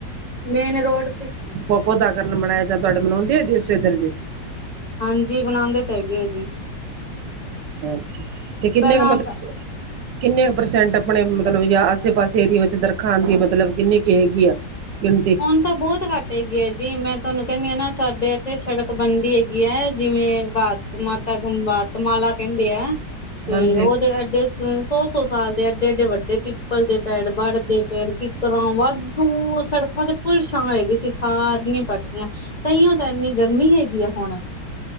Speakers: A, on the left; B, on the right.
A: ਮੇਨ ਰੋਡ ਤੇ
B: ਪੋ ਪੌਦਾ ਕਰਨ ਮਨਾਇਆ ਜਾ, ਤੁਹਾਡੇ ਮਨਾਉਂਦੇ ਆ ਦਿਵਸ ਇੱਧਰ ਜੇ?
A: ਹਾਂਜੀ ਬਣਾਂਦੇ ਤੇ ਹੈਗੇ ਐ ਜੀ।
B: ਅੱਛਾ, ਤੇ ਕਿੰਨੇ
A: ਪਹਿਲਾਂ
B: ਕੁ ਮਤ
A: <inaudible>
B: ਕਿੰਨੇ ਪ੍ਰਸੈਂਟ ਅਪਣੇ ਮਤਲਬ ਯਾ ਆਸੇ ਪਾਸੇ ਏਰੀਏ ਵਿੱਚ ਦਰਖਾ ਦੀ ਮਤਲਬ ਕਿੰਨੀ ਕੇ ਹੈਗੀ ਆ? ਗਿਣਤੀ।
A: ਹੁਣ ਤਾਂ ਬਹੁਤ ਘੱਟ ਹੈਗੀ ਏ, ਜੀ ਮੈਂ ਤੁਆਨੂੰ ਕੇਹਣੀ ਆ ਨਾ, ਸਾਡੇ ਏਥੇ ਸੜਕ ਬਣਦੀ ਹੈਗੀ ਐ ਜਿਵੇਂ <unintelligible> ਮਾਤਾ ਕੰ ਵਾਤਮਾਲਾ ਕੈਂਦੇ ਐ, ਤੇ
B: ਹਾਂਜੀ
A: ਉਹ ਤੇ ਐਡੇ ਸੌ ਸੌ ਸਾਲ ਦੇ ਐਡੇ ਐਏਡੇ ਵੱਡੇ ਪਿੱਪਲ ਦੇ ਪੈੜ ਵੜਦੇ ਪੈੜ ਕਿਕਰਾਂ ਵਾਧੂ ਸੜਕ ਤੇ ਫੁੱਲ ਛਾਂ ਹੈਗੀ ਸੀ। ਸਾਰੀਆਂ ਵੱਟਦੀਆਂ ਤਹੀਓ ਤਾਂ ਇੰਨੀ ਗਰਮੀ ਹੈਗੀ ਆ ਹੁਣ